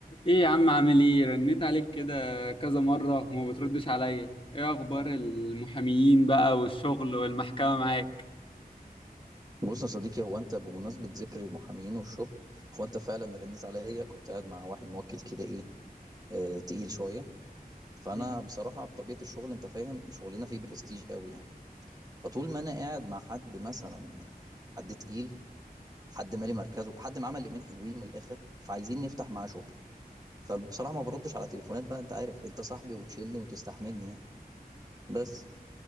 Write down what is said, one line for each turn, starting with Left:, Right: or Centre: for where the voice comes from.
Left: ايه يا عم عامل ايه رنيت عليك كده كذا مرة وما بتردش عليا ايه اخبار المحاميين بقى والشغل والمحكمة معاك
Right: بص يا صديقي هو انت بمناسبة ذكر المحامين والشغل هو انت فعلا رنيت عليا كنت قاعد مع واحد موكل كده ايه اه تقيل شوية فانا
Left: مم.
Right: بصراحة بطبيعة الشغل انت فاهم شغلنا فيه برستيج قوي يعني فطول ما انا قاعد مع حد مثلا حد تقيل حد مالي مركزه حد معاه مليمين حلوين من الاخر فعايزين نفتح معاه شغل فبصراحة ما بردش على تليفونات بقى انت عارف انت صاحبي وتشيلني وتستحملني يعني بس